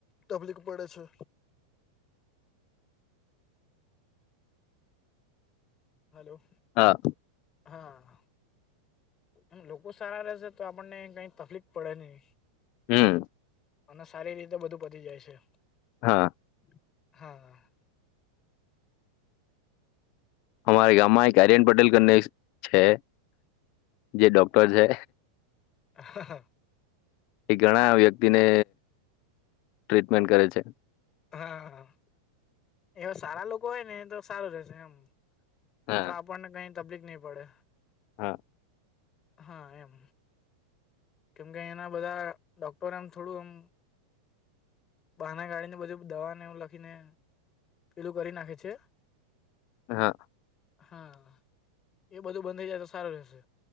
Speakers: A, on the left; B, on the left.
A: તકલીફ પડે છે. હલો.
B: હા.
A: હા. એમ લોકો સારા રહેશે તો આપણને કઈ તકલીફ પડે નહી.
B: હમ્મ.
A: અને સારી રીતે બધું પતી જાય છે.
B: હા.
A: હા.
B: અમારા ગામમાં એક આર્યન પટેલને કરી ને છે જે ડોક્ટર છે
A: હા હા.
B: એ ઘણા વ્યક્તિને ટ્રીટમેન્ટ કરે છે.
A: હા હા એવા સારા લોકો હોય ને એ તો સારું રહેશે એમ
B: હા
A: તો આપણને કઈ તકલીફ નહી પડે.
B: હા.
A: હા એમ. કેમ કે એના બધા ડોક્ટર એમ થોડું એમ બાના કાઢીને બધું દવાને એવું લખીને પેલું કરી નાખે છે.
B: હા.
A: હા, એ બધું બંધ થઈ જાય તો સારું રહેશે.